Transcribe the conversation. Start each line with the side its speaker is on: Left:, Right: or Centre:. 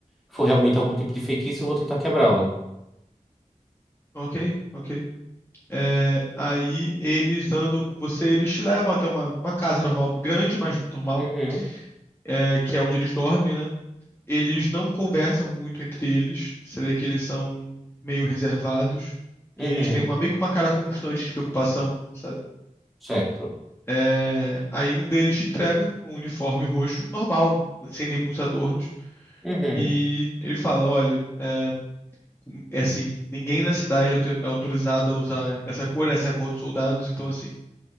Centre: for realmente algum tipo de feitiço, eu vou tentar quebrá-lo.
Left: Ok, ok. É, aí eles andam com você, eles te levam até uma, uma casa normal, grande, mas normal,
Centre: Uhum,
Left: é, que é onde eles dormem, né? Eles não conversam muito entre eles. Você vê que eles são meio reservados. E
Centre: uhum,
Left: eles têm uma, meio que uma cara constante de preocupação, sabe?
Centre: certo.
Left: É, aí um deles te entrega um uniforme roxo, normal, sem nem muitos adornos.
Centre: Uhum,
Left: E ele fala: Olha, é, é assim, ninguém na cidade é auto- é autorizado a usar essa cor, essa é a cor dos soldados, então assim.